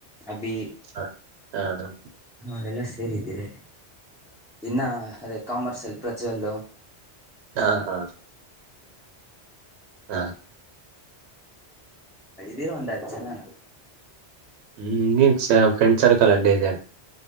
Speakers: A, in the centre; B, on the right.
A: ಅಭಿ
B: ಹ ಹ್ಮ ಹ
A: ಅವರೆಲ್ಲ ಸೇರಿದ್ದೀರ ತಿನ್ನ ಅದೇ ಕಾಮರ್ಸಲ್ ಪ್ರಜ್ವಲ್ಲ್
B: ಹಾ ಹಾ ಹಾ
A: ಹಗ್ದೀರ ಒಂದು ಹತ್ತು ಜನಾನು
B: ಹ್ಮ್ ನೀನ್ ಫ್ರೆಂಡ್ ಸರ್ಕಲ್ ಅಲ್ಲೇ ಇದ್ದಾರೆ